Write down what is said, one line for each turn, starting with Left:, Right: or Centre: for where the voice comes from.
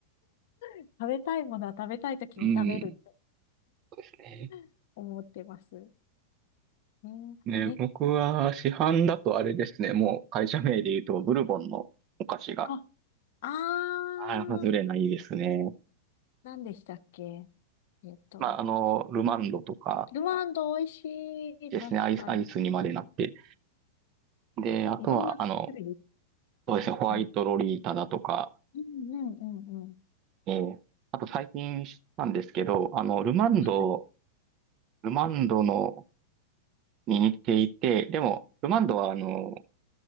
Left: 食べたいものは食べたいときに食べるって
Right: うん。そうですね。
Left: <laughs> 思ってます。えーえ、
Right: ね、僕は市販だとあれですね。もう会社名で言うと、ブルボンのお菓子が、
Left: あ、あー、
Right: ああ、外れないですね。
Left: 何でしたっけえっと、
Right: まあ、あの、ルマンドとか
Left: ルマンド美味しい。
Right: ですね。
Left: 確かに。
Right: アイス、アイスにまでなって。で、あとは、
Left: いろんな種類
Right: あの、
Left: 出てる。
Right: そうですね。ホワイトロリータだとか、
Left: うん。うんうんうんうん。
Right: ええあと最近知ったんですけど、あの、ルマンド、
Left: はい。
Right: ルマンドの、に似ていて、でも、ルマンドはあの、